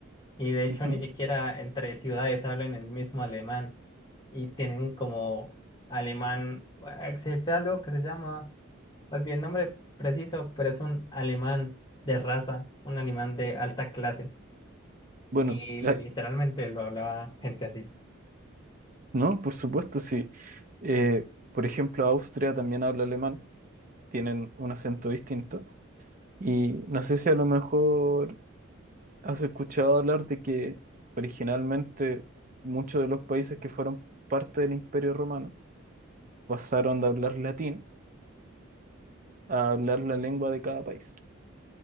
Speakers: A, on the left (about 25°); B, on the right (about 40°).
A: Y de hecho
B: Ujú.
A: ni siquiera entre ciudades hablan el mismo alemán y tienen como alemán, eh, existe algo que se llama, olvidé el nombre preciso, pero es un alemán de raza, un alemán de alta clase
B: Bueno,
A: y literalmente
B: ay,
A: lo hablaba gente así.
B: no, por supuesto, sí. Eh, por ejemplo, Austria también habla alemán, tienen un acento distinto. Y no sé si a lo mejor has escuchado hablar de que originalmente muchos de los países que fueron parte del Imperio Romano pasaron de hablar latín a hablar la lengua de cada país.